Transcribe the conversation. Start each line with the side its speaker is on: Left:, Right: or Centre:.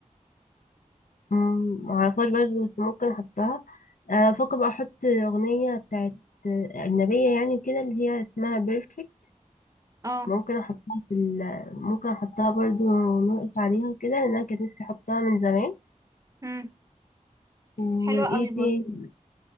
Left: مم، معرفهاش برضه بس ممكن احطها آه، بفكر بقى احط اغنية بتاعت آه، اجنبية يعني كده اللي هي اسمها بيرفكت
Right: اه
Left: ممكن احطها في ال... ممكن احطها برضه نرقص عليها كده لان انا كانت نفسي احطها من زمان
Right: مم.
Left: وايه
Right: حلوة قوي برضه
Left: تاني